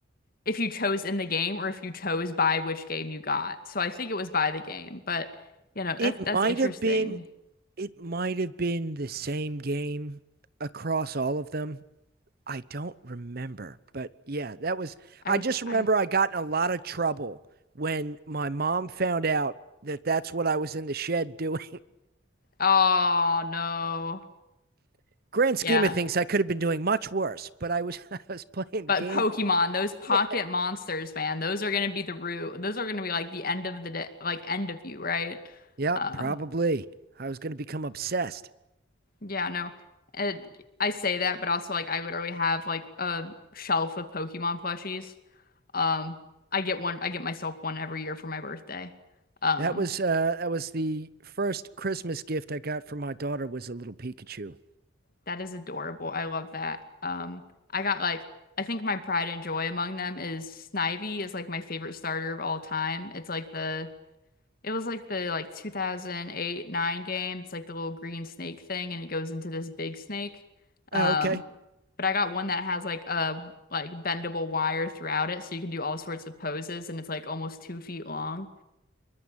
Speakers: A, on the left; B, on the right.
A: if you chose in the game or if you chose by which game you got. So I think it was by the game, but you know,
B: It
A: that's that's
B: might
A: interesting.
B: have been it might have been the same game across all of them. I don't remember, but yeah, that was.
A: I
B: I just remember
A: I
B: I got in a lot of trouble when my mom found out that that's what I was in the shed doing.
A: oh no.
B: <laughs> Grand
A: Yeah.
B: scheme of things, I could have been doing much worse, but I was <laughs> I was playing
A: But
B: game.
A: Pokemon, those pocket
B: Yeah,
A: monsters, man, those are gonna be the root. Those are gonna be like the end of the day, like end of you, right?
B: yep,
A: Um,
B: probably. I was going to become obsessed.
A: yeah, no. It, I say that, but also like I literally have like a shelf of Pokemon plushies. Um, I get one, I get myself one every year for my birthday. Um,
B: That was uh that was the first Christmas gift I got from my daughter was a little Pikachu.
A: That is adorable. I love that. Um, I got like I think my pride and joy among them is Snivy is like my favorite starter of all time. It's like the it was like the like 2008 9 game. It's like the little green snake thing and it goes into this big snake.
B: Oh,
A: Um,
B: okay.
A: but I got one that has like a like bendable wire throughout it so you can do all sorts of poses and it's like almost two feet long.